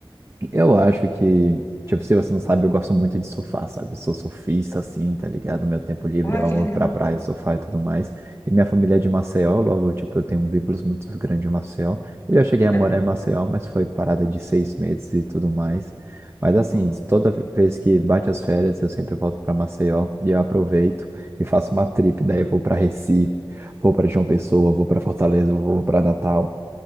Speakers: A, on the right; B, on the left.
A: Eu acho que, tipo, se você não sabe, eu gosto muito de surfar, sabe? Eu sou surfista, assim, tá ligado? Meu tempo livre,
B: Ah,
A: eu
B: que
A: amo
B: legal.
A: ir pra praia, surfar e tudo mais. E minha família é de Maceió, logo, tipo, eu tenho um vínculo muito grande em Maceió. Eu já cheguei a
B: Aham.
A: morar em Maceió, mas foi parada de seis meses e tudo mais. Mas, assim,
B: Hum.
A: toda vez que bate as férias, eu sempre volto pra Maceió e eu aproveito e faço uma trip. Daí eu vou pra Recife, vou pra João Pessoa, vou pra Fortaleza, vou pra Natal.